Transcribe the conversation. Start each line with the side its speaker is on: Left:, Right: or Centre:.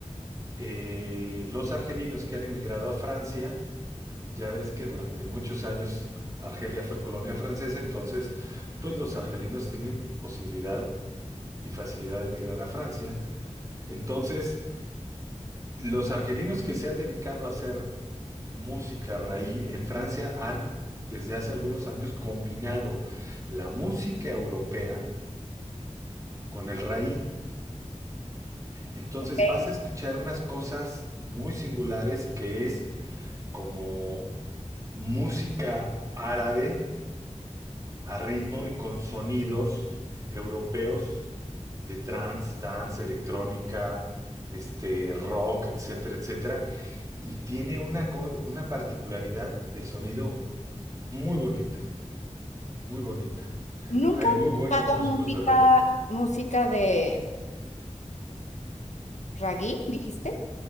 Right: eh, los argelinos que han emigrado a Francia, ya ves que durante muchos años Argelia fue colonia francesa, entonces pues los argelinos tienen posibilidad y facilidad de emigrar a Francia. Entonces, los argelinos que se han dedicado a hacer música raíz en Francia han desde hace algunos años combinado la música europea con el raí. Entonces
Left: ok.
Right: vas a escuchar unas cosas muy singulares que es como música árabe a ritmo y con sonidos europeos de trance, dance, electrónica, este rock, etcétera, etcétera, y tiene una co- una particularidad de sonido muy bonita, muy bonita.
Left: Nunca
Right: Hay
Left: he
Right: muy
Left: escuchado
Right: buenos músicos
Left: música,
Right: de rey,
Left: música de ragui, dijiste,